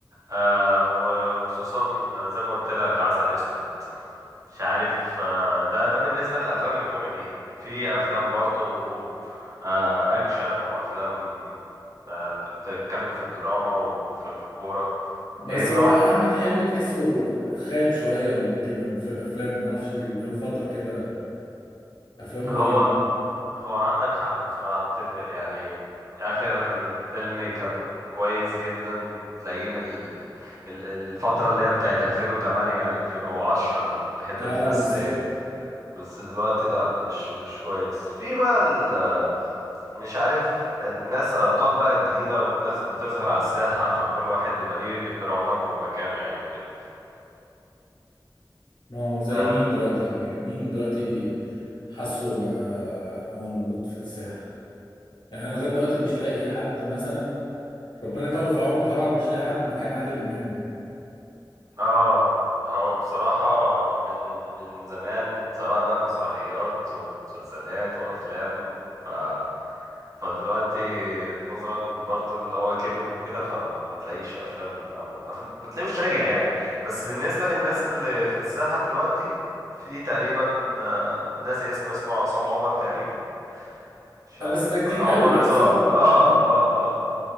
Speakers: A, on the right; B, on the left.
A: آه، و- وخصوصا زي ما قلت لك عسل أسود مش عارف آه، ده ده بالنسبة للأفلام الكوميدي في أفلام برضو آه، أكشن وأفلام آه، بتتكلم في الدراما وأفلام في الكورة
B: بس
A: إيه النوع
B: هو احمد
A: ال-
B: حلمي تحسه خاب شويه لما كبر في الافلام ما اعرفش ليه، بقاله فتره كده افلامه
A: هو
B: غريبه
A: هو عندك حق بصراحة اتفق يعني آخر فيلم كان كويس جدا تلاقيه من ال- ال- الفترة اللي هي بتاعت 2008 2010 الحتة
B: اه
A: دي بس
B: بالظبط
A: إيه، بس دلوقتي لا مش مش كويس في بقى ال- مش عارف ناس أبطال بقى جديدة وناس بتظهر على الساحة فكل واحد بيبقى ليه رونقه ومكانه يعني وكده
B: ما هو زي
A: آه،
B: مين دلوقتي مين دلوقتي حاسه بقى هو الموجود في الساحه يعني انا لغايه دلوقتي مش لاقي حد مثلا ربنا يطول في عمره طبعا مش لاقي حد مكان عادل امام يعني
A: اه هو بصراحة من من زمان سواء بقى مسرحيات ومسلسلات وأفلام ف فدلوقتي نظرا برضو اللي هو كبر وكده فما ما تلاقيش أفلام أو ما تلاقيوش رجع يعني بس بالنسبة للناس اللي في الساحة دلوقتي في تقريبا آه، ناسي اسمه اسمه عصام عمر تقريبا مش
B: اه
A: عارف
B: بس ده جديد
A: عمر
B: قوي يا عصام
A: عصام اه
B: اه
A: اه آه.